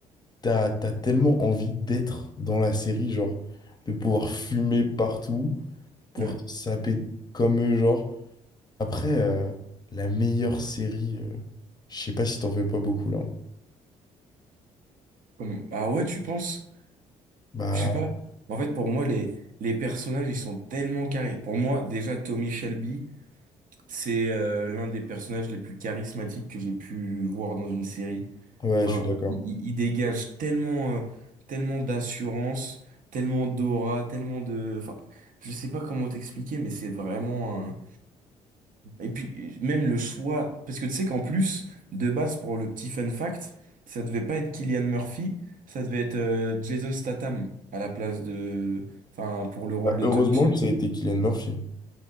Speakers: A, on the left; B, on the right.
A: T'as, t'as tellement envie d'être dans la série, genre, de pouvoir fumer partout, pouvoir
B: Ouais.
A: te saper comme eux, genre. Après, euh, la meilleure série, euh, je sais pas si t'en fais pas beaucoup, là.
B: Comment- Ah ouais, tu penses?
A: Bah,
B: Je sais pas. En fait, pour moi, les, les personnages, ils sont tellement carrés. Pour moi, déjà, Tommy Shelby. C'est euh, l'un des personnages les plus charismatiques que j'ai pu voir dans une série.
A: ouais,
B: Enfin,
A: je suis d'accord.
B: il, il- il dégage tellement, euh, tellement d'assurance, tellement d'aura, tellement de... Enfin, je sais pas comment t'expliquer, mais c'est vraiment un... Et puis, même le choix... Parce que tu sais qu'en plus, de base, pour le petit fun fact, ça devait pas être Cillian Murphy, ça devait être euh, Jason Statham à la place de... Enfin, pour le rôle
A: Bah,
B: de
A: heureusement
B: Tommy.
A: que ça a été Killian Murphy.